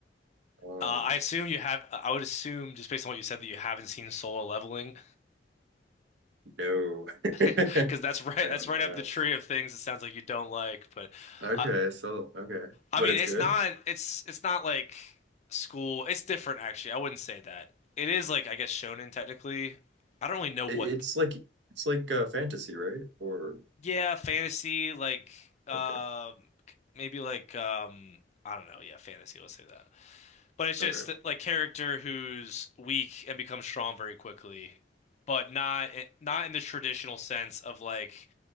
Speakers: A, on the right (about 70°); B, on the left (about 40°).
A: Um,
B: Uh, I assume you have I would assume just based on what you said that you haven't seen Solo Leveling
A: no, <laughs>
B: <laughs>
A: I
B: because that's right
A: am
B: that's right
A: not.
B: up the tree of things it sounds like you don't like, but
A: Okay,
B: I
A: so okay,
B: I
A: but
B: mean,
A: it's
B: it's
A: good.
B: not it's it's not like school. It's different actually. I wouldn't say that. It is like I guess shonen technically. I don't really know what
A: It, it's like it's like uh, fantasy, right? Or
B: yeah, fantasy like um
A: okay,
B: maybe like um I don't know. Yeah, fantasy, let's say that. But it's just
A: okay,
B: like character who's weak and becomes strong very quickly, but not eh, not in the traditional sense of like